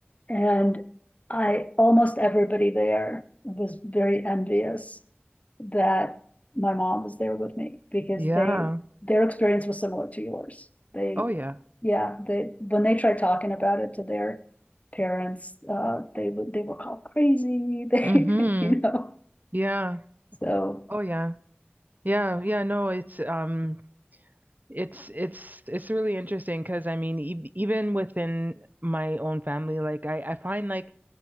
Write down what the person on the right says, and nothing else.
Yeah.
Oh, yeah.
hmm
Yeah.
Oh, yeah. Yeah. Yeah. No, it's um It's it's it's really interesting because I mean e even within my own family like I I find like